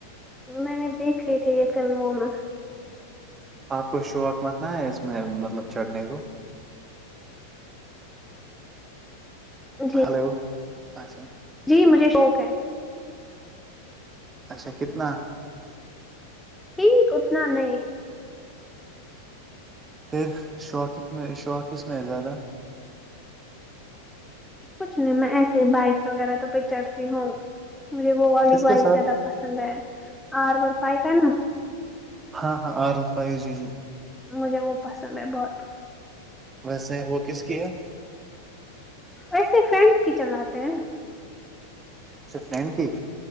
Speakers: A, in the centre; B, on the right.
A: میں نے دیکھھی تھی یہ فلموں میں
B: آپ کو شوق متنا ہے اس میں مطلب چڑھنے کو
A: جی
B: ہلو اچھا
A: جی مجھے شوق ہے
B: اچھا کتنا
A: ٹھیک اتنا نہیں
B: پھر شوق میں شوق میں ہے زیادہ
A: کچھ نہیں میں ایسے بائکس وغیرہ تو پہ چڑھتی ہوں مجھے وہ والی
B: کس کے
A: بائک
B: ساتھ
A: زیادہ پسند رہے ہیں آر ون فائیو ہے نا
B: ہاں ہاں آرام فائیو جی جی
A: مجھے وہ پسند ہے بہت
B: ویسے وہ کس کی ہے
A: ایسے فرینڈ کی چلاتے ہیں
B: اسے فرینڈ کی